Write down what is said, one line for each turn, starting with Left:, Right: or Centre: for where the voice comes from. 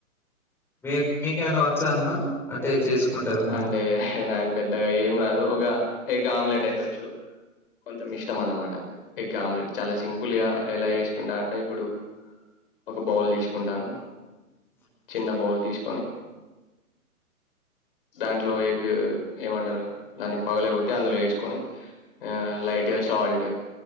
Centre: మీ మీకేమైనా వచ్చా అన్న అంటే చేసుకుంటారు మీరు
Left: అంటే నాకు పెద్దగా ఏం రాదు ఒక ఎగ్ ఆమ్లెట్ అయితే వచ్చు కొంచం ఇష్టం అన్నమాట ఎగ్ ఆమ్లెట్ చాలా సింపుల్ గా ఎలా వేసుకుంటా అంటే ఇప్పుడు ఒక బౌల్ తీస్ కుంటాను చిన్న బౌల్ తీసు తను దాంట్లో ఎగ్ ఏమంటారు దాన్ని పగల కొట్టి అందులో వేసుకొని లైట్గా సాల్ట్